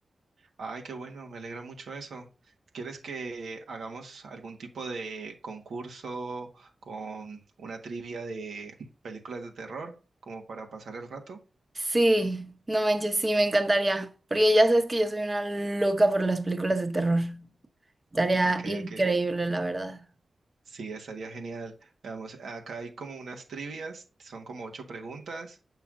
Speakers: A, on the right; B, on the right.
A: Ay, qué bueno, me alegra mucho eso. ¿Quieres que hagamos algún tipo de concurso con una trivia de películas de terror como para pasar el rato?
B: Sí, no manches, sí, me encantaría. Porque ya sabes que yo soy una loca por las películas de terror. Estaría
A: Ok,
B: increíble,
A: ok.
B: la verdad.
A: Sí, estaría genial. Veamos, acá hay como unas trivias, son como ocho preguntas,